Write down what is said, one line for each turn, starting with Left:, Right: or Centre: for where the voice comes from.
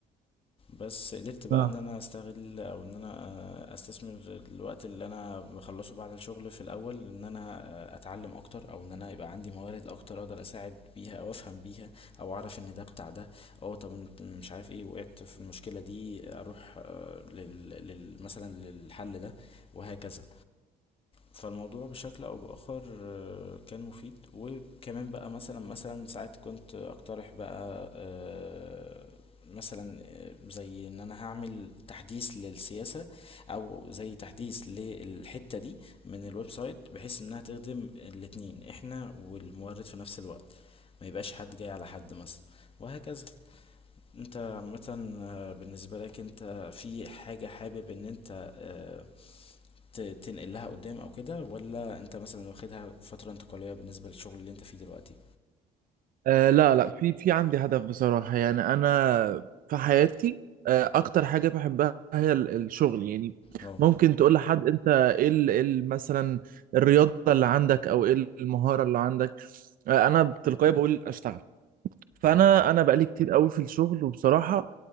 Left: بس قدرت بقى
Right: اه
Left: ان انا استغل او ان انا آه، استثمر الوقت اللي انا بخلصه بعد الشغل في الاول ان انا آه، اتعلم اكتر او ان انا يبقى عندي موارد اكتر اقدر اساعد بيها او افهم بيها او اعرف ان ده بتاع ده او طب انت مش عارف ايه وقعت في المشكلة دي اروح آه، لل لل- مثلا للحل ده وهكذا فالموضوع بشكل او باخر آه، كان مفيد وكمان بقى مثلا مثلا ساعات كنت اقترح بقى آه، مثلا آه، زي ان انا هعمل تحديث للسياسة او زي تحديث للحتة دي من الويب سايت بحيث انها تخدم الاتنين احنا والمورد في نفس الوقت ما يبقاش حد جاي على حد مثلا وهكذا انت عامة آه، بالنسبة لك انت في حاجة حابب ان انت آه، ت- تنقل لها قدام او كده ولا انت مثلا واخدها فترة انتقالية بالنسبة للشغل اللي انت فيه دلوقتي
Right: آه لا لا في في عندي هدف بصراحة يعني أنا في حياتي آه أكتر حاجة بحبها هي ال- الشغل يعني
Left: اه
Right: ممكن تقول لحد أنت إيه ال- إيه ال- مثلا الرياضة اللي عندك أو إيه المهارة اللي عندك آه أنا بتلقائي بقول أشتغل فأنا
Left: ايوه
Right: أنا بقالي كتير قوي في الشغل وبصراحة